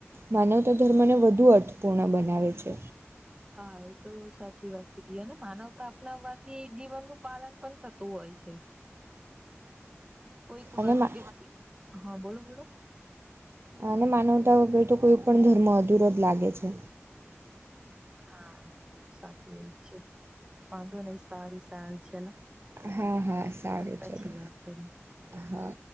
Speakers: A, on the right; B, on the right.
A: માનવતા ધર્મને વધુ અર્થપૂર્ણ બનાવે છે.
B: હા એ તો સાચી વાત કીધી અને માનવતા અપનાવવાથી જીવનનું પાલન પન થતું હોય છે. કોઈક
A: અને
B: વ
A: મા
B: વયકતી હા બોલો બોલો
A: અને માનવતા વગર તો કોઈ પણ ધર્મ અધુરો જ લાગે છે.
B: હા તો સાચી વાત છે. વાંધો નહી સારું સારું ચલો
A: હા હા સારું
B: પછી
A: ચલો
B: વાત કરીએ
A: હા